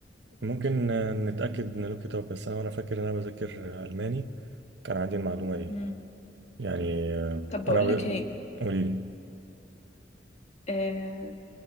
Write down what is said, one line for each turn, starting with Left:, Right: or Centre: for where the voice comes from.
Right: ممكن آه، نتأكد من لوك اب بس أنا وأنا فاكر إن أنا بذاكر آه، ألماني كان عندي المعلومة دي
Left: امم
Right: يعني آه،
Left: طب بقول
Right: أنا ب...
Left: لك ايه
Right: قولي لي
Left: آه